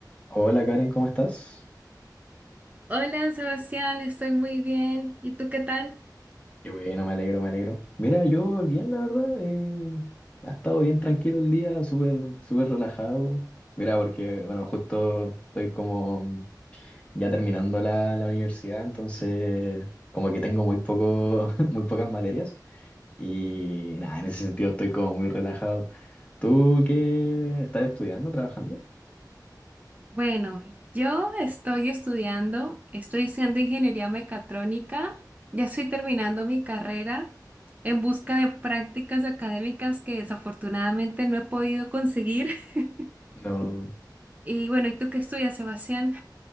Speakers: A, on the left (about 15°); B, on the right (about 20°).
A: Hola Karen, ¿cómo estás?
B: Hola Sebastián, estoy muy bien. ¿Y tú qué tal?
A: Qué bueno, me alegro, me alegro. Mira, yo bien, la verdad. eh, ha estado bien tranquilo el día, súper, súper relajado. Mira, porque, bueno, justo estoy como mm, ya terminando la, la universidad, entonces como que tengo muy poco, <laughs> muy pocas materias. Y nada, en ese sentido estoy como muy relajado. ¿Tú qué estás estudiando, trabajando?
B: Bueno, yo estoy estudiando, estoy estudiando ingeniería mecatrónica, ya estoy terminando mi carrera en busca de prácticas académicas que desafortunadamente no he podido conseguir. <laughs>
A: No.
B: Y bueno, ¿y tú qué estudias, Sebastián?